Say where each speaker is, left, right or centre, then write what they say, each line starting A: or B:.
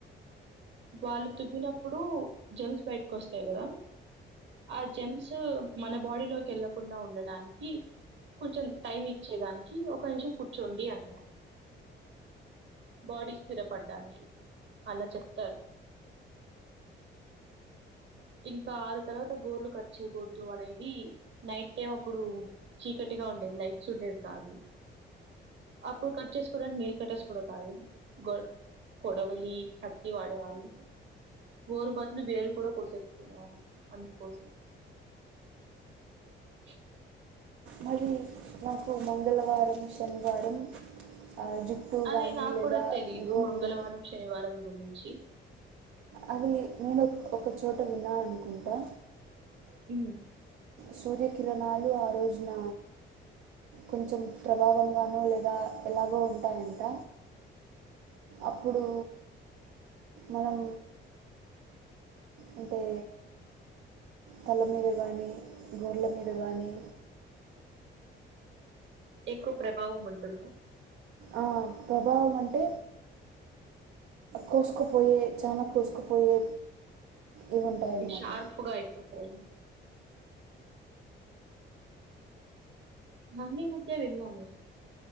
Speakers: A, on the right; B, on the right.
A: వాళ్లు తుమ్మినప్పుడు జర్మ్స్ బయటకు వస్తాయి కదా ఆ జెమ్స్ మన బాడీలోకి వెళ్ళకుండా ఉండడానికి కొంచెం టైం ఇచ్చేదానికి ఒక నిమిషం కూర్చోండి అంటారు బాడీ స్థిరపడ్డానికి అలా చెప్తారు ఇంకా ఆరు తర్వాత గోర్లు కట్ చేయకూడదు అనేది నైట్ టైం అప్పుడు చీకటిగా ఉండేది లైట్స్ ఉండేది కాదు అప్పుడు కట్ చేసుకోవడానికి నెయిల్ కటర్స్ కూడా కాదు గో కొడవలి కత్తి వాడేవాళ్ళు గోరు బదులు వేరు కూడా కోసేసుకునేవాళ్లు అందుకోసం <inaudible>
B: మరి నాకు మంగళవారం శనివారం ఆ, జుట్టు
A: అదే
B: కానీ
A: నాకు
B: లేదా
A: కూడా తెలిదు
B: గోర్లు
A: మంగళవారం శనివారం గురి చి
B: అది నేను ఒక చోట విన్నాను అనుకుంటా
A: మ్మ్
B: సూర్యకిిరణాలు ఆ రోజున కొంచెం ప్రభావంగానో లేదా ఎలాగో ఉంటాయంట అప్పుడు మనం అంటే తల మీద కానీ గోర్ల మీద కానీ
A: ఎక్కువ ప్రభావం ఉంటుందా
B: ఆ ప్రభావం అంటే కోసుకుపోయే చాలా కోసుకుపోయే ఇవి ఉంటాయన్నమాట
A: ఓకే షార్ప్ గా అయిపోతాయి మొన్న ఈమధ్య వెళ్లాను